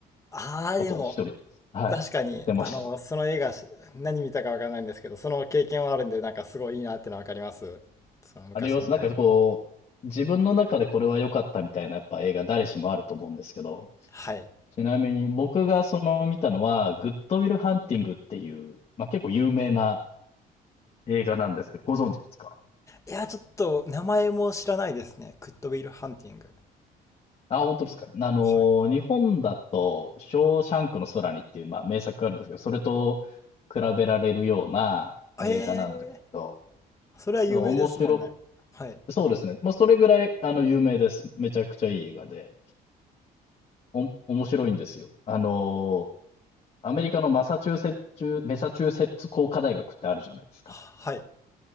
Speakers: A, on the left; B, on the left.
A: ああー、
B: ことを一人です。
A: でも、
B: はい。
A: 確かに、
B: してました。
A: あの、その映画、し何見たかわからないんですけど、その経験はあるんで、なんかすごいいいなってのはわかります。その昔見た映画。
B: あれはなんかこう、自分の中でこれは良かったみたいなやっぱ映画誰しもあると思うんですけど、
A: はい。
B: ちなみに僕がその見たのは、グッドウィルハンティングっていう、まあ、結構有名な映画なんですけど、ご存知ですか
A: いや、ちょっと、名前も知らないですね。グッドウィル・ハンティング。
B: あ、本当ですか。あの日本だと、
A: は
B: ショーシャンクの空にっていう、まあ、名作があるんですけど、それと比べられるような映画なんですけど、
A: い。ええー、それは有名ですもんね。
B: 面白く、
A: はい。
B: そうですね。まあ、それぐらい、あの、有名です。めちゃくちゃいい映画で、お、面白いんですよ。あのアメリカのマサチューセッツ、メサチューセッツ工科大学ってあるじゃないですか。
A: はい。